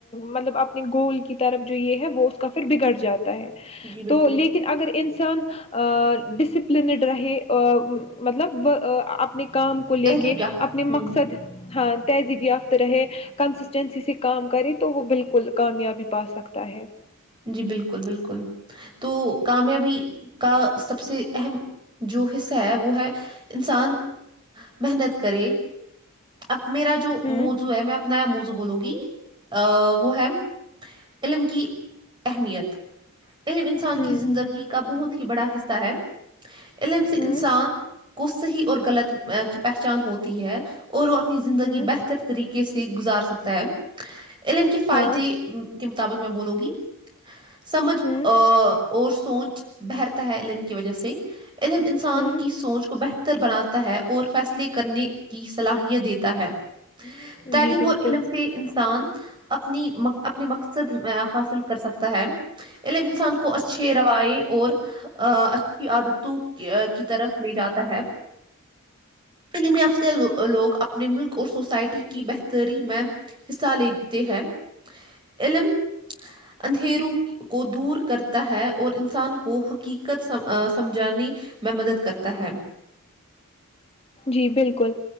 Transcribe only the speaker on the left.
مطلب اپنے گول کی طرف جو یہ ہے وہ اس کا پھر بگڑ جاتا ہے
تو لیکن اگر ان سے سان ڈسپلنڈ رہے مطلب اپنے کام کو لے
کے
اپنے
مقصد ہاں تہذیب یافت رہے کنسسٹینسی سے کام کرے تو وہ بالکل کامیابی پا سکتا ہے
ہوں
ہوں
ہوں
ہوں
ہاں
ہوں
ہوں
جی بالکل
جی بالکل